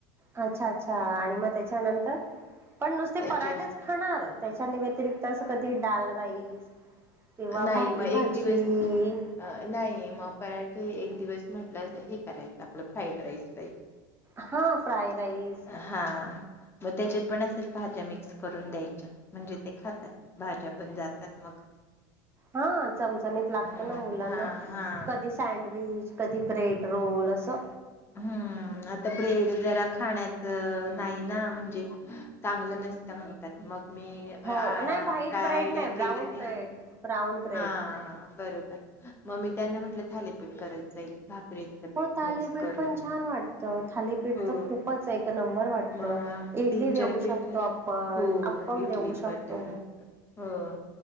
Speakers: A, on the right; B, on the left.
A: अच्छा अच्छा आणि मग त्याच्यानंतर पण नुसते
B: त्याचे
A: पराठेच खाणार त्याच्या नी वतिरिक्त तसं कधी डाल राईस किंवा
B: नाही
A: भाकरी
B: मग
A: भाजी
B: एक दिवस नाही मग पराठे एक दिवस म्हटलं हे करायचं आपलं फ्राईड राईस
A: ह फ्राय राईस
B: हा म त्याच्यात पण असेच भाज्या मिक्स करून द्यायच्या म्हणजे ते खातात भाज्या पण जातात मग
A: हा चमचमीत लागत
B: ह
A: ना मुलांना
B: हा हा
A: कधी सँडविच कधी ब्रेड रोल असं
B: हम्म. आता ब्रेड जरा खाण्याच नाही ना म्हणजे चांगलं नसतं म्हणतात. मग मी काय
A: हो नाही व्हाईट ब्रेड
B: आयडिया
A: नाही ब्राऊन
B: केली की
A: ब्रेड ब्राऊन ब्रेड
B: हा बरोबर मग मी त्यांना म्हटलं थालीपीठ करत जाईल. भाकरींचं पीठ
A: हो थालीपीठ
B: मिक्स करून
A: पण छान वाटतं थालीपीठ
B: हो
A: तर खूपच एक नंबर वाटतं.
B: म
A: इडली
B: तीन चार
A: देऊ
B: पीठ
A: शकतो आपण
B: हो
A: अप्पम
B: इडली
A: देऊ शकतो.
B: पण देऊ शकतो. हा